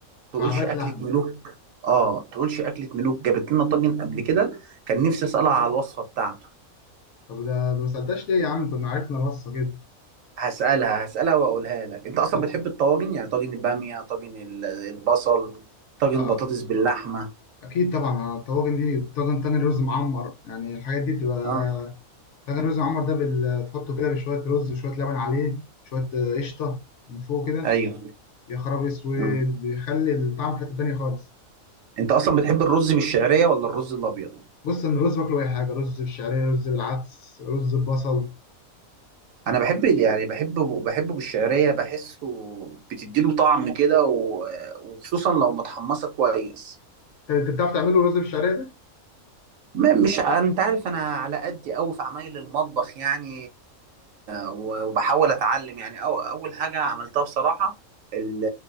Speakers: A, on the right; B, on the left.
A: تقولش
B: مكعبات
A: أكلة
B: لحمه
A: ملوك اه تقولش أكلة ملوك جابت لنا طاجن قبل كده كان نفسي أسألها على الوصفة بتاعته
B: طب ده ده ما سالتش ليه يا عم كنا عرفنا الوصفه كده
A: هسألها هسألها وأقولها لك انت أصلا
B: ط-
A: بتحب الطواجن يعني طاجن البامية طاجن ال- البصل
B: آه،
A: طاجن بطاطس باللحمة
B: اكيد طبعا آه، الطواجن دي طاجن تاني رز معمر يعني الحاجات دي بتبقى
A: اه
B: طاجن رز معمر ده بال... تحطه كده بشويه رز وشويه لبن عليه شويه آه، قشطه من فوق كده
A: ايوه
B: يا خراب اسود
A: مم.
B: بيخلي الطعم في حته تانيه خالص
A: انت أصلا بتحب الرز بالشعرية ولا الرز الأبيض
B: بص ان الرز باكله اي حاجه رز بالشعريه رز بالعدس رز ببصل
A: انا بحب يعني بحبه بحبه بالشعريه بحسه بتديله طعم كده و- وخصوصا لو متحمصه كويس
B: طب انت بتعرف تعمله رز بالشعريه ده
A: ما- مش انت عارف انا على قدي قوي في عمايل المطبخ يعني و- وبحاول اتعلم يعني أو اول حاجه عملتها بصراحه ال-